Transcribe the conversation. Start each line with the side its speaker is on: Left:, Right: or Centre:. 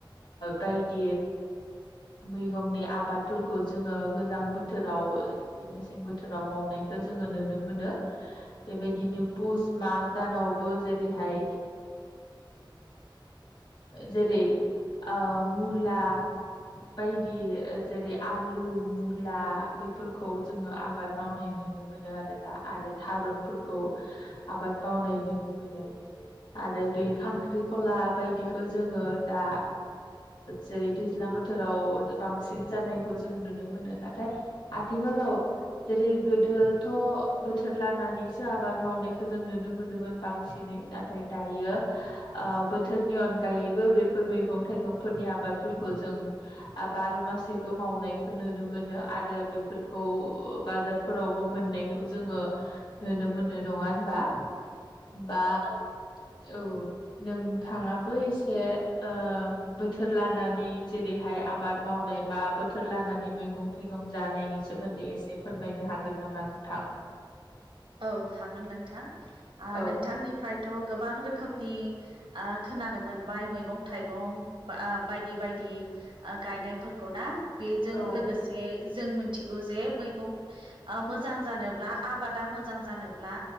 Left: बायदि मैगंनि आबादफोरखौ जोङो गोजां बोथोराव मेसें बोथोराव मावनायखौ जोङो नुनो मोनो बेबायदिनो पुस माग दानावबो जेरैहाय जेरै मुला बायदि जेरै आलु मुला बेफोरखौ जोङो आबाद मावनो नुनो मोनो आरोना आरो थारुनफोरखौ आबाद मावनाय नुनो मोनो आरो बे खांख्रिखला बायदिखौ जोङो दा जेरै दैज्लां बोथोराव बांसिन जानायखौ जों नुनो मोनो नाथाय आथिखालाव जेरै गोदोथ' बोथोर लानानै दिनैसो आबाद मावनायखौ जों नुनो मोनोम मोन बांसिनै नाथाय दायो ओ बोथोरनि अनगायैबो बेफोर मैगं थाइगंफोरनि आबादफोरखौ जों बार' गासैबो माव मावनायखौ नुनो मोनो आरो बेफोरखौ बाजारफोरावबो मोननायखौ जोङो नो मोननो नङा होनबा?
Right: <inaudible>
Left: बा
Right: औ औ
Left: औ नों थाङाबो एसे ओ बोथोर लानानै जेरैहाय आबाद मावनाय बा बोथोर लानानै मैगं थाइगं जानायनि सोमोन्दै एसे फोरमायनो हागोन नामा नोंथां?
Right: औ हागोन नोंथां।
Left: औ
Right: नोंथांनिफ्रायथ' गोबां रोखोमनि ओ खोनानो मोनबाय मैगं थाइगं बा आ बायदि बायदि आ गाय जायफोरखौ ना बेजों
Left: औ
Right: लोगोसे जों मिथिगौ जे मैगं ओ मोजां जानोब्ला आबादा मोजां जानोब्ला